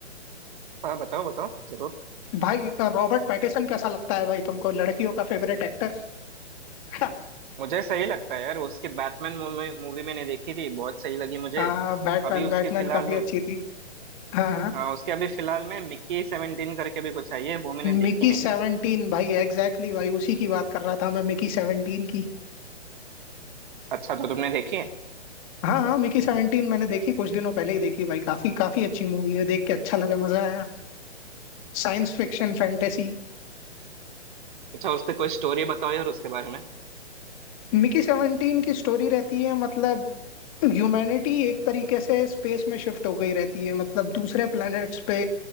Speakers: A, on the right; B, on the left.
A: हाँ बताओ बताओ जरूर
B: भाई रॉबर्ट पैटिसन कैसा लगता है भाई तुमको लड़कियों का फेवरेट एक्टर <laughs>
A: मुझे सही लगता है यार उसकी बैटमैन मूवी मूवी मैंने देखी थी बहुत सही लगी मुझे
B: हाँ बैटमैन
A: अभी उसकी
B: बैटमैन
A: फिलहाल
B: काफी अच्छी थी हाँ हाँ
A: हाँ उसके अभी फिलहाल में मिक्की सेवेंटीन करके भी कुछ आई है वो मैंने देखी
B: मिकी
A: नहीं
B: सेवनटीन
A: है
B: भाई एग्जैक्टली exactly भाई उसी की बात कर रहा था मैं मिकी सेवनटीन की
A: अच्छा तो तुमने देखी है
B: हाँ हाँ मिकी सेवनटीन मैंने देखी कुछ दिनों पहले ही देखी भाई काफी काफी अच्छी मूवी है देख के अच्छा लगा मजा आया Science fiction fantasy
A: अच्छा उससे कोई स्टोरी बताओ यार उसके बारे में
B: मिकी सेवनटीन की स्टोरी रहती है मतलब ह्यूमैनिटी एक तरीके से स्पेस में शिफ्ट हो गई रहती है मतलब दूसरे प्लैनेट्स पे